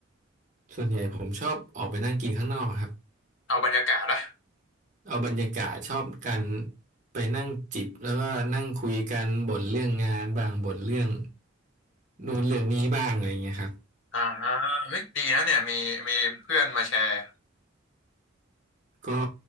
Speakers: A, on the right; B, on the left.
A: ส่วนใหญ่ผมชอบออกไปนั่งกินข้างนอกครับ
B: เอาบรรยากาศนะ
A: เอาบรรยากาศชอบกันไปนั่งจิบแล้วก็นั่งคุยกันบ่นเรื่องงานบ้างบ่นเรื่องนู่นเรื่องนี้บ้างอะไรเงี้ยครับ
B: อ่าเฮ้ยดีนะเนี่ยมีมีเพื่อนมาแชร์
A: ก็